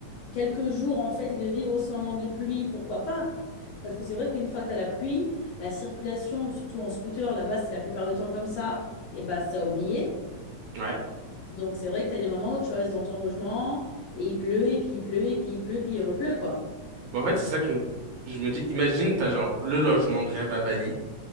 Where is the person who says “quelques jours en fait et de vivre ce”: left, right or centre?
Left